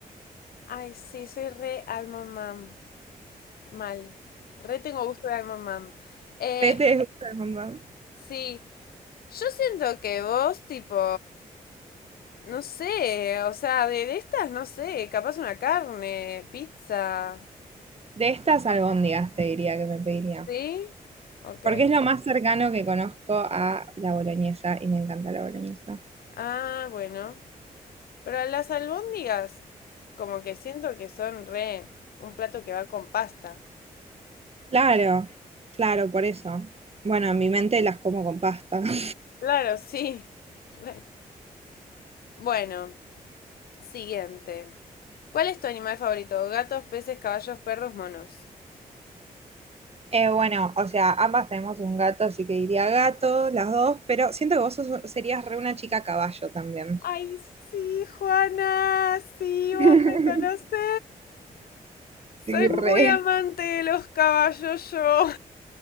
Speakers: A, on the left; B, on the right.
A: ay, sí, soy re alma mam. Mal. Re tengo gusto de alma mam. Eh,
B: Re te gusta Almond Mom.
A: sí. Yo siento que vos, tipo, no sé, o sea, de, de estas, no sé, capaz una carne, pizza,
B: De estas albóndigas te diría que me pediría.
A: ¿sí? Ok.
B: Porque es lo más cercano que conozco a la boloñesa y me encanta la boloñesa.
A: Ah, bueno. Pero las albóndigas, como que siento que son re un plato que va con pasta.
B: Claro, claro, por eso. Bueno, en mi mente las como con pasta. <laughs>
A: Claro, sí. <laughs> Re. Bueno, siguiente. ¿Cuál es tu animal favorito? Gatos, peces, caballos, perros, monos.
B: Eh, bueno, o sea, ambas tenemos un gato, así que diría gato, las dos, pero siento que vos sos- serías re una chica caballo también.
A: Ay, sí, Juana, sí,
B: <laughs>
A: vos me conocés.
B: Sí,
A: Soy muy
B: re.
A: amante de los caballos, yo.